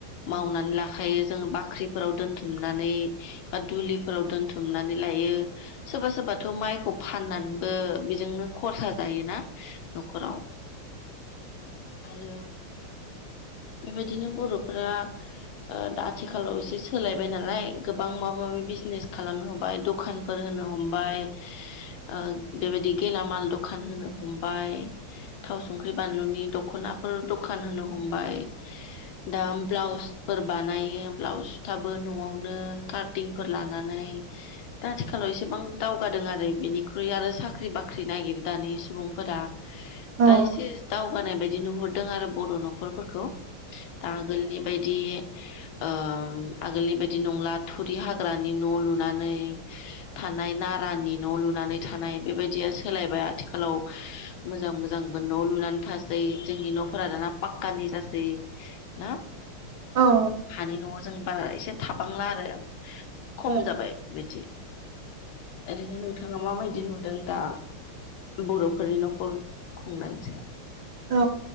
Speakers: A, on the left; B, on the right.
A: मावनानै लाखायो जोंङो बाख्रिफोराव दोनथुमनानै बा दुलिफोराव दोनथुमनानै लायो। सोरबा-सोरबाथ' माइखौ फाननानैबो बेजोंनो खरसा जायोना न'खराव। आरो बेबायदिनो बर'फोरा ओ दा आथिखालाव एसे सोलायबाय नालाय गोबां माबा माबि बिजनेस खालामनो हबाय द खानफोर होनो हमबाय ओ बेबादि गेलामाल दखान होनो हमबाय। थाव संख्रि बानलुनि दख'नाफोर दखान होनो हमबाय दा ब्लाउस फोर बानायो ब्लाउस सुथाबो न'आवनो काटिंफोर लानानै दा आथिखालाव एसेबां दावगादों आरो बिनिख्रुइ आरो साख्रि बाख्रि नागिर दानि सुबुंफोरा।
B: औ
A: दा एसे दावगानाय बायदि नुहुरदों आरो बर' न'खरफोरखौ दा आगोलनि बायदि ओ आगोलनि बादि नंला थुरि हाग्रानि न' लुनानै थानाय नारानि न' लुनानै थानाय बेबायदिया सोलायबाय आथिखालाव मोजां-मोजां न' लुनानै थासै जोंनि न'फोरा दाना पाक्कानि जासै ना
B: औ
A: हानि न'आव जों बारा एसे थाबांला आरो खम
B: औ
A: जाबाय बिदि ओरैनो नोंथाङा माबायदि नुदों दा बर'फोरनि न'खर खुंनायनि सायाव
B: औ